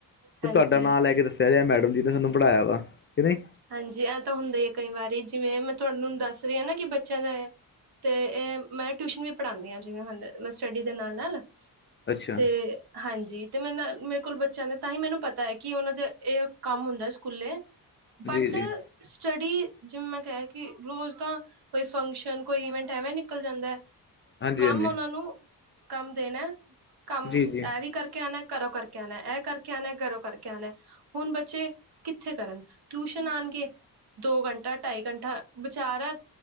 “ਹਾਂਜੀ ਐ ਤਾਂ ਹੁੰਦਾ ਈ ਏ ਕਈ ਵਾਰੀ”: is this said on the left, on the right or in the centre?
Right